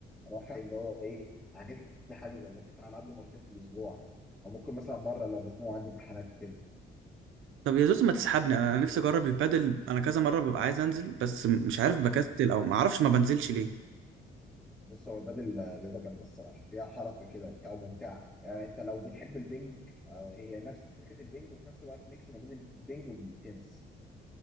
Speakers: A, in the centre; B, on the right.
A: اروح اللي هو ايه احجز لي حاجز ولا بتاع العب لي مرتين في الاسبوع او ممكن مثلا مره لو مزنوق عندي امتحانات وكده
B: طب يا زوز ما تسحبني انا أنا نفسي اجرب البادل انا كذا مرة ببقى عايز انزل بس مش عارف بكسل او ما اعرفش ما بنزلش ليه
A: بص هو البدل آه، رياضه جامده الصراحه فيها حركه كده وبتاع وممتعه يعني انت لو بتحب البنج آه، هي نفس فكره البنج وفي نفس الوقت ميكس ما بين البنج والتنس